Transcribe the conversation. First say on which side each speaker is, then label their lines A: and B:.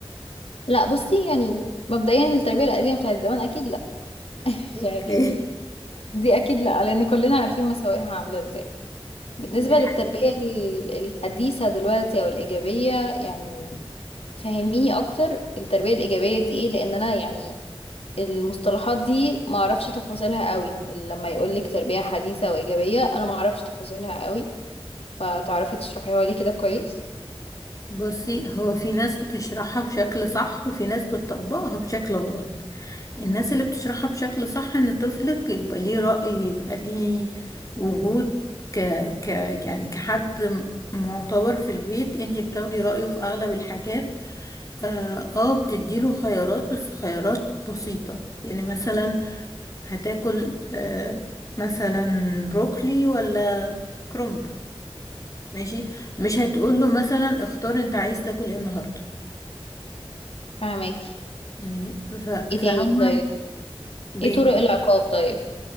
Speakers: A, on the left (about 80°); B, on the left (about 35°).
A: لا بصي يعني مبدئيا التربية القديمة بتاعت زمان اكيد لا
B: اوكي
A: يعني دي اكيد لا لان كلنا عارفين مساوئها عاملة ازاي بالنسبة
B: <laughs> دي
A: للتربية
B: حاجة
A: ال- الحديثة دلوقتي او الايجابية يعني فهميني اكتر التربية الايجابية دي ايه لان انا يعني المصطلحات دي معرفش تفاصيلها قوي لما يقولك تربية حديثة وايجابية انا معرفش تفاصيلها قوي فتعرفي تشرحيها لي كده كويس
B: بصي هو في ناس بتشرحها بشكل صح وفي ناس بتطبقها بشكل غلط الناس اللي بتشرحها بشكل صح ان طفلك يبقى ليه رأي يبقى ليه وجود ك... ك... يعني كحد معتبر في البيت انتي بتاخدي رأيه في اغلب الحاجات اه آه، بتديله خيارات بس خيارات بسيطة يعني مثلا هتاكل آه مثلا بروكلي ولا كرنب ماشي مش هتقوله مثلا اختار انت عايز تاكل ايه النهاردة
A: فهماكي
B: يعني ف-
A: ايه
B: فعما
A: تاني طيب
B: بيدوا
A: ايه طرق العقاب طيب